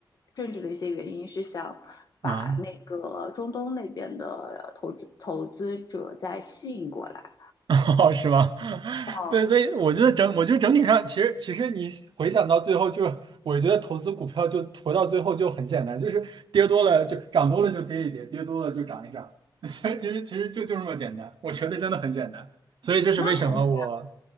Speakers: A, on the left (about 55°); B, on the right (about 75°).
A: 政治的一些原因，是想把那个中东那边的投资投资者再吸引过来。
B: 嗯，<laughs> 哦，是吗？<laughs>
A: 哦，
B: 对，所以我觉得整，我觉得整体上，其实其实你回想到最后就，我觉得投资股票就投到最后就很简单，就是跌多了就涨多了就跌一跌，跌多了就涨一涨，<laughs> 其实其实其实就就这么简单，我觉得真的很简单。所以这是为什么我
A: 那肯定，